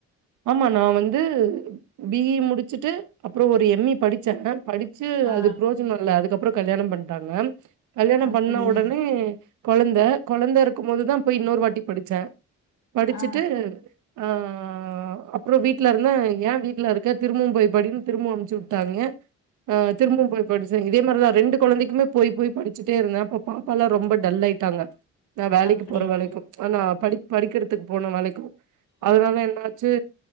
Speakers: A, on the right; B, on the left.
A: ஆமா நா வந்து பி இ முடிச்சுட்டு அப்பறோ ஒரு எம் இ படிச்சே படி ச்சு
B: ஆ
A: அது பிரோஜனோ இல்ல அதுக்கப்பறோ கல்யாண பண்ட்டாங்க கல்யாண
B: அப்படியா
A: பண்ண ஒடனே கொழந்த கொழந்த இருக்கும் போதுதா போய் இன்னொரு வாட்டி படிச்சே படிச்சுட்டு
B: ஆ
A: ஆ ஆ அப்பறோ வீட்ல இருந்த ஏ வீட்ல இருக்க திரும்பவு போய் படின்னு திரும்ப அனுச்சு உட்டாங்க ஆ திரும்பவு போய் படி ச்சே இதே மாரிதா ரெண்டு கொழந்தக்குமே போய் போய் படிச்சுட்டே இருந்தே அப்ப பாப்பால்லா ரொம்ப டல் ஆயிட்டாங்க நா வேலைக்கு
B: அப்படியா
A: போற வேலக்கு ஆனா படி படிக்கிறதுக்கு போன வேலைக்கு
B: ம்
A: அதனால என்ன ச்சு